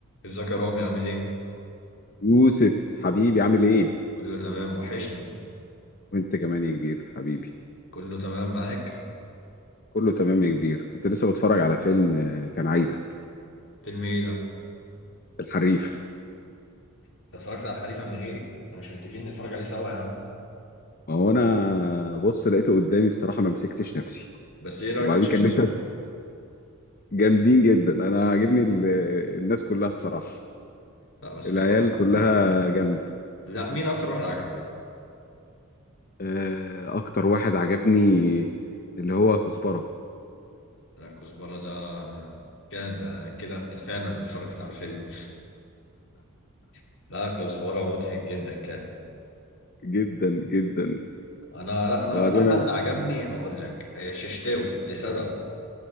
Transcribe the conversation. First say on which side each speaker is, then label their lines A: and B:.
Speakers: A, on the left (about 60°); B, on the left (about 40°).
A: ازيك يا رامي عامل ايه؟
B: يوسف حبيبي عامل ايه؟
A: كله تمام وحشني
B: وانت كمان يا كبير حبيبي
A: كله تمام معاك
B: كله تمام يا كبير كنت لسه بتفرج على فيلم آه، كان عايزك
A: فيلم ايه ده؟
B: الحريف
A: انت اتفرجت على الحريفة من غيري؟ احنا مش متفقين نتفرج عليه سوا يا عم
B: ما هو انا بص لقيته قدامي الصراحة ما مسكتش نفسي
A: بس ايه رأيك
B: وبعدين
A: في ششتاوي؟
B: كان <laughs> لسه جامدين جدا انا عاجبني ال- آه، الناس كلها الصراحة
A: لا بس
B: العيال
A: بصراحة
B: كلها جامدة
A: لا مين أكتر واحد عجبك؟
B: آه، اكتر واحد عجبني اللي هو كزبرة
A: لا كزبرة ده كده كده أنت فعلا اتفرجت على الفيلم <laughs> لا كزبرة مضحك جدا كان
B: جدا جدا
A: أنا لا أنا
B: وبعدين
A: أكتر حد
B: انا
A: عجبني هقول لك آه، ششتاوي لسبب